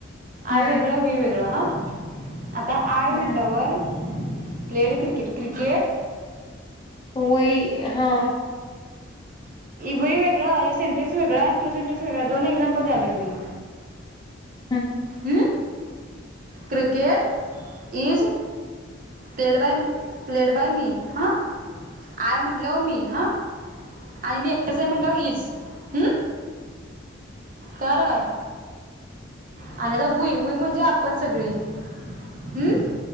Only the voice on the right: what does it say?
आय वेगळं वी वेगळं हा. आता आय म्हणल्यावर
प्लेड क्रिकेट क्रिकेट.
वुई वेगळा हे सेंटे्स वेगळ. ते सेन्टेन्स वेगळं दोन एक्साम्पल्स द्यालोय मी.
ह. Cricket. Is. Played by played by me हां. आय म्हणल्यावर मी हं आणि मी एकटं हाय म्हटल्यावर ईज. हम्म. कळालं काय? आणि तर उई <inaudible> व्हय म्हणजे आपण सगळी... हम्म?